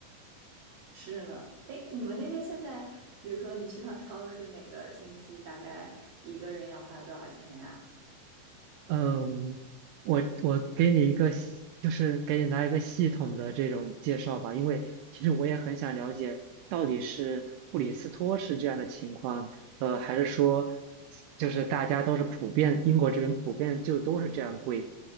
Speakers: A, on the right; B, on the right.
A: 是呢。哎，你们那边现在，比如说你去趟超市，每个星期大概一个人要花多少钱呀？
B: 嗯，我我给你一个系，就是给你来一个系统的这种介绍吧，因为其实我也很想了解到底是布里斯托是这样的情况，呃，还是说就是大家都是普遍，英国这边普遍就都是这样贵。